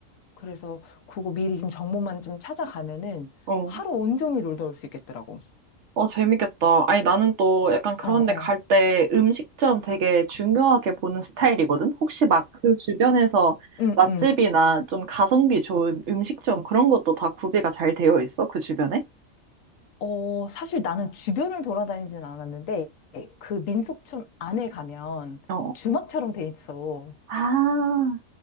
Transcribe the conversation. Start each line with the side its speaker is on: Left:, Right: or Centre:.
Left: 그래서 그거 미리 좀 정보만 좀 찾아가면은
Right: 어.
Left: 하루 온종일 놀다 올 수 있겠더라고.
Right: 어, 재밌겠다. 아니, 나는 또 약간 그런데
Left: 어, 어.
Right: 갈 때 음식점 되게 중요하게 보는 스타일이거든? 혹시 막 그 주변에서
Left: 응,
Right: 맛집이나
Left: 응.
Right: 좀 가성비 좋은 음식점 그런 것도 다 구비가 잘 되어 있어? 그 주변에?
Left: 어, 사실 나는 주변을 돌아다니진 않았는데 그 민속촌 안에 가면
Right: 어.
Left: 주막처럼 돼 있어.
Right: 아,